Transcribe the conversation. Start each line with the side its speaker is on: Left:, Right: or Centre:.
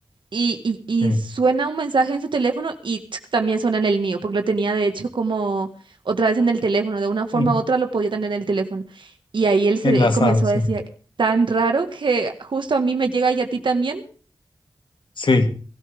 Right: y, y, y
Left: sí.
Right: suena un mensaje en su teléfono y tsk, también suena en el mío, porque lo tenía de hecho como otra vez en el teléfono, de una forma
Left: en-
Right: u otra lo podía tener en el teléfono. Y ahí él se
Left: Enlazado,
Right: comenzó
Left: sí.
Right: a decir, tan raro que justo a mí me llega y a ti también.
Left: Sí.